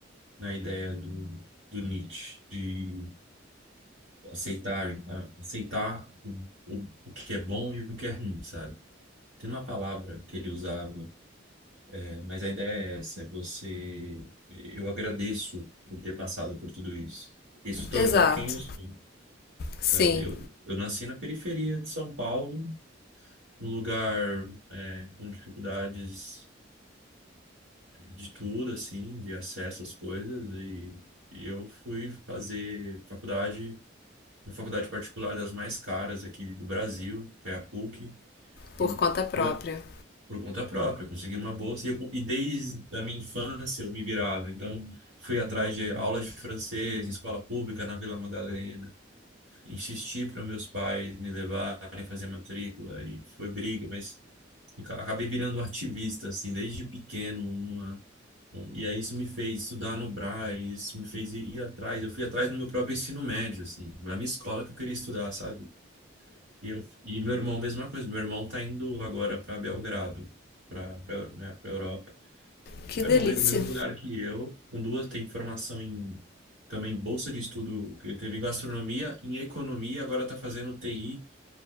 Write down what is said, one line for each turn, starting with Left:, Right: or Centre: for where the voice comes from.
Right: na ideia do, do Nietzsche, de aceitar, a- aceitar o, o, o que é bom e o que é ruim, sabe? Tem uma palavra que ele usava, é, mas a ideia é essa, é você, eu agradeço por ter passado por tudo isso. Isso tornou
Left: Exato.
Right: quem eu sou,
Left: Sim,
Right: sabe? Eu, eu nasci na periferia de São Paulo, num lugar, é, com dificuldades de tudo, assim, de acesso às coisas, e, e eu fui fazer faculdade, uma faculdade particular das mais caras aqui do Brasil, que é a PUC,
Left: por
Right: E,
Left: conta própria.
Right: bê, por conta própria, eu consegui uma bolsa e, eu, co- e desde a minha infância eu me virava. Então, fui atrás de aulas de francês em escola pública na Vila Madalena. Insisti para meus pais me levarem fazer matrícula e foi briga, mas ca- acabei virando um ativista, assim, desde pequeno. Uma, um- e aí isso me fez estudar no Brás, isso me fez ir, ir atrás. Eu fui atrás do meu próprio ensino médio, assim, na minha escola que eu queria estudar, sabe? E, eu, e meu irmão, mesma coisa. Meu irmão tá indo agora para Belgrado, para né, para Europa.
Left: Que
Right: Meu
Left: delícia.
Right: irmão veio do mesmo lugar que eu, com duas, tem formação em também bolsa de estudo, ele teve em gastronomia, em economia, agora tá fazendo TI.